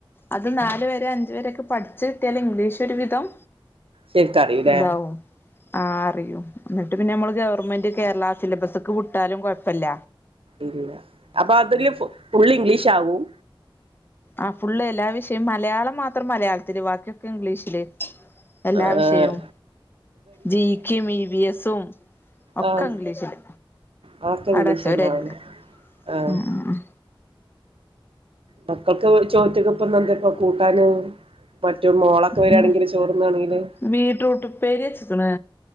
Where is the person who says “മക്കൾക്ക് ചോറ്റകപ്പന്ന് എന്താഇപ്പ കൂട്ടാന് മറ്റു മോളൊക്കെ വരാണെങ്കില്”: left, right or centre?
Right